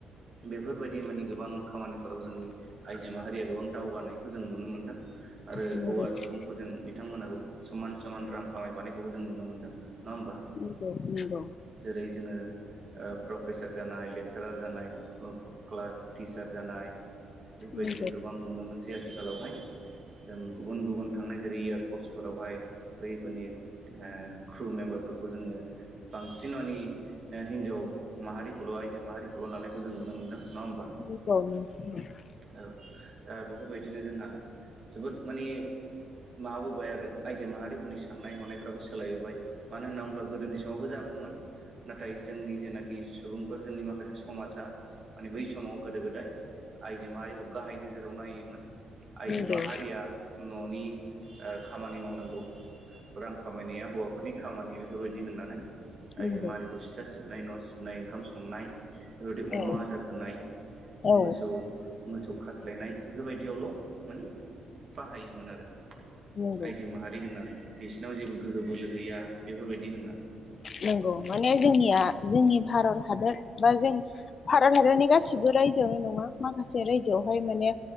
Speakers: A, on the right; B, on the left.
A: बेफोरबायदि माने गोबां खामानिफोराव जोंनि आइजो माहारिया गोबां दावगानायखौ जों नुनो मोनदों आरो
B: नंगौ
A: हौवा सुबुंफोरजों बिथांमोनहा गोबां समान समान रां खामायफानायखौबो जों नुनो मोनदों। होमबा
B: नंगौ नंगौ
A: जेरै जोङो ओ प्रफेसार जानाय लेक्सारार जानाय बेफोरखौ क्लास टिचार जानाय। बेफोरबायदि
B: नंगौ
A: जों गोबां नुनो मोनसै आथिखालावहाय। जों गुबुन गुबुन थांनाय जेरै एयारपर्सफोरावहाय बैफोरनि ओ क्रु मेम्बारफोरखौ जोङो बांसिन मानि ओ हिनजाव माहारिखौल' आइजो माहारिखौल' लानायखौ जों नुनो मोनदों नङा होमबा।
B: औ
A: औ दा बेफोरबायदिनो जोंहा जोबोद माने माबाबोबाय आरो आइजो माहारिफोरनि साननाय हनायफ्राबो सोलायबोबाय मानो होनना बुंब्ला गोदोनि समावबो जागौमोन नाथाय जोंनि जेनाखि सुबुंफोर जोंनि माखासे समाजा माने बै समाव गोदो गोदाय आइजो माहारिखौ गाहाय नोजोराव नायोमोन आइजो
B: नंगौ
A: माहारिया
B: नंगौ
A: न'नि ओ खामानि मावनांगौ रां खामायनाया हौवाफोरनि खामानि बेफोरबायदि होननानै
B: नंगौ
A: आइजो माह आरारिखौ सिथ्ला सिबनाय न' सिबनाय ओंखाम संनाय बेफोरबायदि
B: औ
A: अमा आदार होनाय
B: औ
A: मोसौ मोसौ खास्लायनाय बेफोरबायदियावल' माने बाहायोमोन आरो
B: नंगौ
A: आइजो माहारि होननानै बिसिोरनाव जेबो गोहो बोलोहैया बेफोरबायदि होननानै।
B: नंगौ माने जोंनिया जोंनि भारत हादर बा जों भारत हादरनि गासिबो रायजोआवनो नङा माखासे रायजोआवहाय माने